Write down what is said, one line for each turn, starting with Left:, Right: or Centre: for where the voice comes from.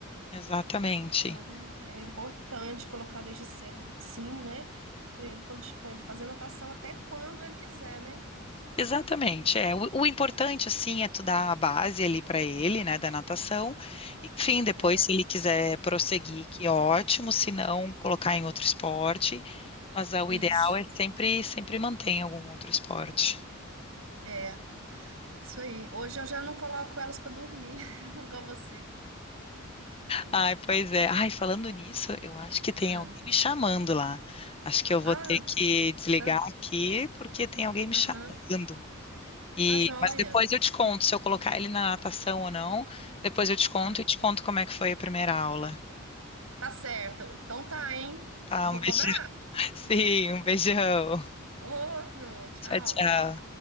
Left: exatamente.
Right: Então, é importante colocar desde cedo, sim, né? Para ele, para ele fazer natação até quando ele quiser, né?
Left: Exatamente, é. O, o importante, assim, é tu dar a base ali para ele, né, da natação. Enfim, depois,
Right: É,
Left: se ele quiser prosseguir, que ótimo, se não, colocar em outro esporte. Mas ah, o
Right: isso.
Left: ideal é sempre, sempre manter em algum outro esporte.
Right: É, isso aí. Hoje eu já não coloco elas para dormir, <laughs> igual você.
Left: Ai, pois é. Ai, falando nisso, eu acho que tem
Right: Ah,
Left: alguém me chamando lá. Acho que eu vou
Right: ah,
Left: ter que desligar
Right: será?
Left: aqui, porque tem alguém me
Right: Aham.
Left: chamando. E,
Right: Tá joia.
Left: mas depois eu te conto
Right: Hum,
Left: se eu colocar ele na natação ou não. Depois eu te conto
Right: tá.
Left: e te conto como é que foi a primeira aula.
Right: Tá certo. Então tá, hein?
Left: Tá,
Right: Eu vou
Left: um beijão.
Right: cobrar.
Left: <laughs> Sim, um beijão.
Right: Outro. Tchau.
Left: Tchau, tchau.